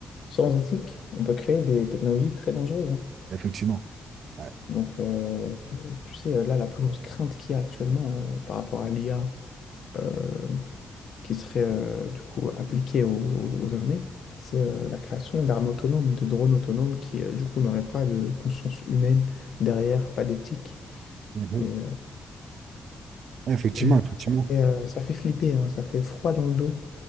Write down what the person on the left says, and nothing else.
sans éthique, on peut créer des technologies très dangereuses. hein.
Donc, euh, tu sais, euh, là, la plus grosse crainte qu'il y a actuellement euh, par rapport à l'IA euh, qui serait euh, du coup appliquée aux, aux armées, c'est euh, la création d'armes autonomes, de drones autonomes qui, euh, du coup, n'auraient pas de conscience humaine derrière, pas d'éthique.
Et, euh,
et voilà,
ça fait, euh, ça fait flipper, hein, ça fait froid dans le dos